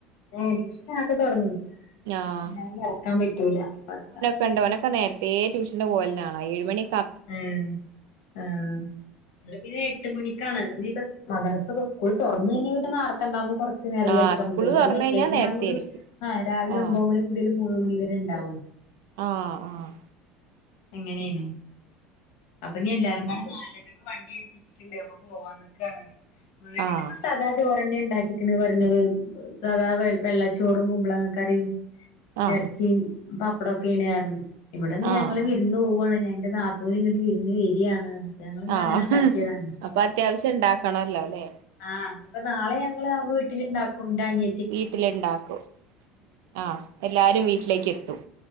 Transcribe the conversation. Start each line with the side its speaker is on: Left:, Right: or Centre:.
Left: ഏഹ് ട്യൂഷൻ അതൊക്കെ തെടങ്ങും.
Right: ആഹ്
Left: <unintelligible> അടക്കാൻ പറ്റൂല അതാ
Right: കണ്ടേ ഓനൊക്കെ നേരത്തെ ട്യൂഷനു പോവുന്നാളാ ഏഴുമണി
Left: ഉം ആഹ് വെളുപ്പിനേ എട്ട് മണിക്കാണ്. ഇനിയിപ്പോ മദ്രസ തൊ സ്കൂള് തൊർന്ന് കഴിഞ്ഞാ പിന്നെ നേർ <unintelligible> കൊർച്ച് നേരല്ലേ
Right: ആഹ്
Left: എടുക്കാൻ
Right: സ്കൂള്
Left: പറ്റുള്ളൂ. ഇപ്പോ
Right: തുറന്ന്
Left: ഈ വെക്കേഷൻ
Right: കഴിഞ്ഞാൽ നേരത്തെ
Left: ആയോണ്ട്
Right: ആയിരിക്കും
Left: നാ രാവിലെ
Right: ആഹ്
Left: ഒമ്പത് മണി മു <unintelligible> മൂന്ന് മണി വരെ ഇണ്ടാവും.
Right: ആഹ് ആഹ്
Left: അങ്ങനെണ്. അപ്പ ഇനി എല്ലാരും <unintelligible> നാലരയ്ക്ക് വണ്ടി <unintelligible> അപ്പൊ ഇഞ്ഞ് എല്ലാരും പാടെ <unintelligible> പോവാൻ നിക്കാണ്. വീട്ടിലിന്ന്
Right: ആഹ്
Left: സാദാ ചോറന്നെ ഇണ്ടാക്കി <unintelligible> പർഞ്ഞത് സാദാ വെ വെള്ളച്ചോറും കുമ്പ്ളങ്ങാ കറിം
Right: ആഹ്
Left: എർച്ചീം പപ്പടൊക്കെ <unintelligible> ഇവിടെന്ന്
Right: ആഹ്
Left: ഞങ്ങള്
Right: ആഹ്
Left: വി ന്ന് പോവാണ് നാ എൻ്റെ നാത്തൂന് ഇങ്ങട്ട് വിർന്ന് വരിയാണ്. ഞങ്ങളിന്ന്
Right: ആഹ്
Left: അങ്ങനെ ഉണ്ടാക്കിയതാണ്
Right: അപ്പൊ അത്യാവശ്യം ഉണ്ടാക്കണല്ലോല്ലേ
Left: ആഹ് അപ്പോ നാളെ ഞങ്ങള് വീട്ടിലിണ്ടാക്കും ന്റെ അനി
Right: വീട്ടിലിണ്ടാക്കും ആഹ് എല്ലാരും വീട്ടിലേക്ക് എത്തും